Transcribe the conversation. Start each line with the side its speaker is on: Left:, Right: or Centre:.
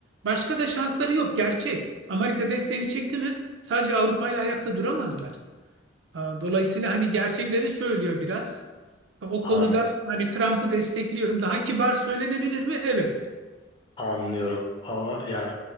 Right: Başka da şansları yok. Gerçek. Amerika desteğini çekti mi sadece Avrupa ile ayakta duramazlar. E, Dolayısıyla hani gerçekleri söylüyor biraz. E, O konuda
Left: An
Right: hani Trump'ı destekliyorum. Daha kibar söylenebilir mi? Evet.
Left: Anlıyorum ama yani